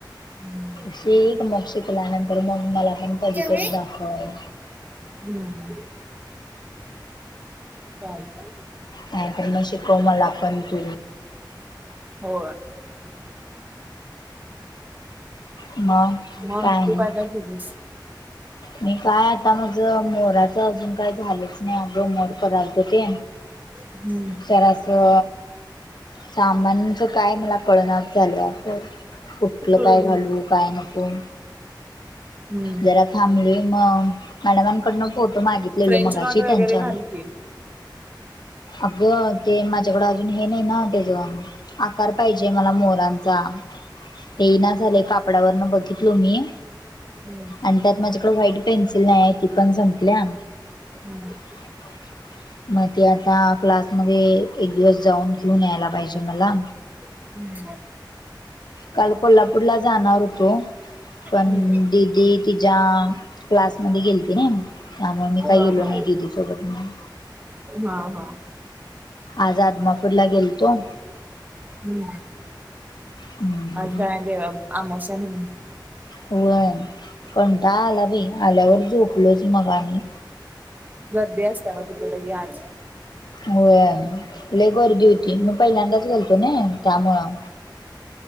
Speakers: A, on the right (about 20°); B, on the left (about 65°).
A: हम्.
B: श एक मग शिकल्यानंतर मग मला पण कधीतरी
A: जेवली?
B: दाखव.
A: हम्म चालेचा.
B: नाही तर मग शिकवू मला पण तू
A: हो
B: मग
A: म
B: काय
A: तू
B: नाही
A: पाहि का घलीस.
B: मी काय आता माझ मोराच अजून काय झालंच नाही अगं मोर करायल त ते
A: हम्म
B: चराासो. सामानचं काय मला कळना झाल्या कुठलं
A: हम्म
B: काय घालू. पाय नको
A: हम्म
B: जरा थांबली मग मॅडमांकडनं फोटो मागितलेलो
A: फ्रेंच
B: मगाची
A: नॉट वगैरे
B: त्यांच्या
A: घाल की.
B: अग ते माझ्याकडें अजून हे नाही ना त्याच आकार पाहिजे मला मोरांचा हे ना झाले काप डावरण बघितलो मी
A: हम्म.
B: आणि त्यात माझ्याकडं व्हाईट पेन्सिल नाही आहे ती पण संपल्या.
A: हम्म.
B: <unintelligible> मग ते आता क्लासमध्ये एक दिवस जाऊन घेऊन यायला पाहिजे मला
A: हम् ह.
B: काल कोल्हापूरला जाणार होतो पण
A: हम्म
B: दिदी की ज्या क्लासमध्ये गेलती ना त्यामुळे मी
A: हा
B: काही गेलो
A: हा
B: नाही दीदीसोबत नाही.
A: हा हा.
B: आज आदमापूर ला गेल तो
A: हम्म.
B: हम्म.
A: काय दे आमोशा म्हणून
B: हो पणता आला भाई आल्यावर झोपलोच मग आम्ही
A: गर्दी असते म तिथला यान
B: होले गर्दी होती मी पहिल्यांदाच घालतो ना त्यामुळं.